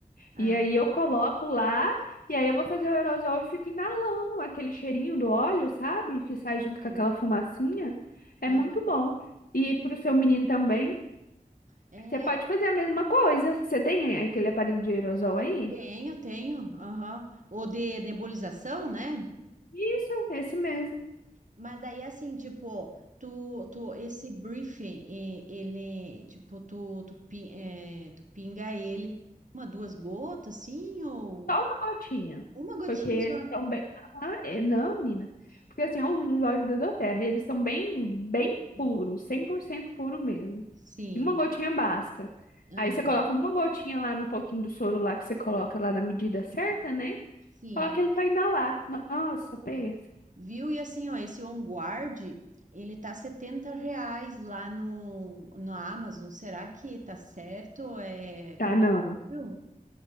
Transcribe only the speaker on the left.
E aí eu coloco lá e aí eu vou fazer o aerosol e fico inalando aquele cheirinho do óleo, sabe? Que sai junto
com aquela fumacinha. É
muito bom. E pro seu menino também,
você pode
fazer a mesma coisa. Você tem é, aquele aparelho de aerosol aí?
Isso, esse mesmo.
Só uma gotinha.
Porque eles
são bem. Ah, é- não, menina. Porque assim, ó, os olhos da Doterra, eles são bem, bem
puros, 100% puro mesmo.
E Uma gotinha basta.
Aí você coloca uma gotinha lá no pouquinho do soro lá que você coloca lá na medida certa, né?
Coloca ele pra inalar. Nossa, pensa.
Tá
não.